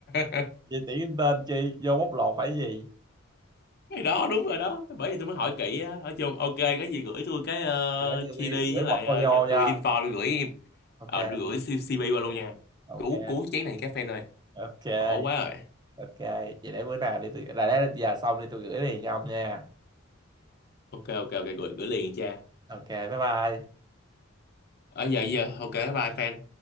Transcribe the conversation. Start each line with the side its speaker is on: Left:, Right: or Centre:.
Left: <laughs>
Right: Chị tuyển intern chi? Vô bóc lột phải gì?
Left: cái đó đúng rồi đó bởi vì tôi mới hỏi kỹ á ở chung ok có gì gửi tôi cái ờ,
Right: Để tôi
Left: GD
Right: ghi- gửi
Left: với
Right: portfolio
Left: lại ờ, cho
Right: cho
Left: tôi info tôi gửi
Right: Ok,
Left: ờ đưa gửi C- CP qua luôn nha
Right: ok,
Left: cứu cứu chén này các fan ơi
Right: ok,
Left: khổ quá rồi
Right: ok. Vậy để bữa nào đi tôi... Là để giờ xong đi tôi gửi liền cho ông nha.
Left: ok ok ok gửi gửi liền nha cha
Right: Ok, bye bye.
Left: ở giờ giờ ok bye fan